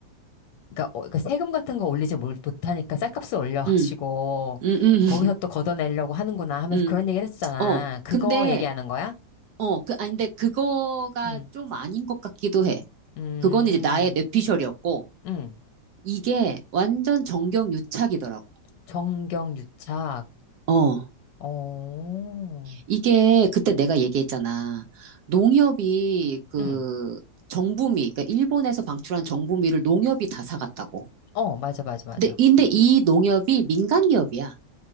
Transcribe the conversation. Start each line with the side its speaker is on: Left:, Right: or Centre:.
Left: 그러니까, 어, 그러니까 세금 같은 거 올리지 못- 못하니까 쌀값을 올려가지고,
Right: 응, 응, 응, <laughs>
Left: 거기서 또 걷어내려고 하는구나 하면서
Right: 응.
Left: 그런 얘기를 했었잖아.
Right: 어,
Left: 그거
Right: 근데,
Left: 얘기하는 거야?
Right: 어, 그, 아, 근데 그거가
Left: 응,
Right: 좀 아닌 것 같기도 해.
Left: 음,
Right: 그건 이제 나의 내피셜이었고,
Left: 응.
Right: 이게 완전 정경유착이더라고.
Left: 정경유착.
Right: 어,
Left: 어,
Right: 이게 그때 내가 얘기했잖아. 농협이 그
Left: 응.
Right: 정부미, 그러니까 일본에서 방출한 정부미를 농협이 다 사갔다고.
Left: 어, 맞아, 맞아, 맞아.
Right: 근데, 근데 이 농협이 민간 기업이야.